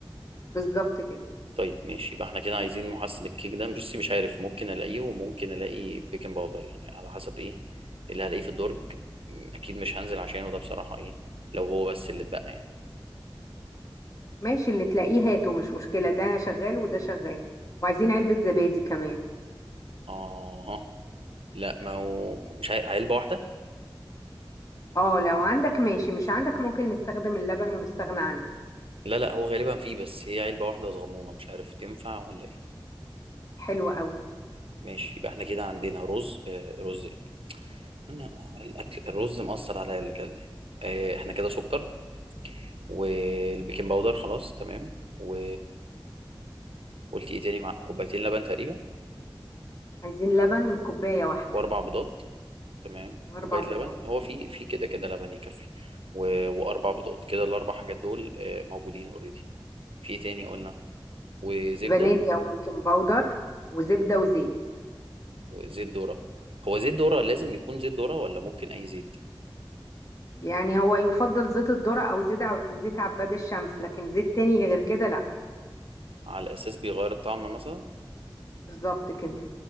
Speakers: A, on the left (about 35°); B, on the right (about 80°).
A: بالظبط كده
B: طيب ماشي يبقى احنا كده عايزين محسن الكيك ده بصي مش عارف ممكن الاقيه وممكن الاقي بيكنج باودر يعني على حسب ايه اللي هلاقيه في الدرج م، اكيد مش هنزل عشانه ده بصراحه ايه لو هو بس اللي اتبقى يعني
A: ماشي اللي تلاقيه هاته مش مشكله ده شغال وده شغال وعايزين علبه زبادي كمان
B: اه لا ما هو مش عارف علبه واحده
A: اه لو عندك ماشي مش عندك ممكن نستخدم اللبن ونستغنى عنها
B: لا لا هو غالبا فيه بس هي علبه واحده صغنونه مش عارف تنفع ولا ايه
A: حلو قوي
B: ماشي يبقى احنا كده عندنا رز آه رز ايه انا الاكل الرز مأثر عليا اللي اكلناه آه احنا كده سكر والبيكنج باودر خلاص تمام و قلت ايه تاني مع كوبايتين لبن تقريبا
A: عايزين لبن كوبايه واحده
B: واربع بيضات تمام
A: واربع
B: كوبايه
A: بيضات
B: لبن هو في في كده كده لبن يكفي و... واربع بيضات كده الاربع حاجات دول آه، موجودين اوريدي في إيه تاني قلنا وزبده
A: فانيليا وبيكنج باودر وزبده وزيت
B: وزيت ذره هو زيت ذره لازم يكون زيت ذره ولا ممكن اي زيت
A: يعني هو يفضل زيت الذرة او زيت ع- زيت عباد الشمس لكن زيت تاني غير كده لا
B: على اساس بيغير الطعم مثلا
A: بالظبط كده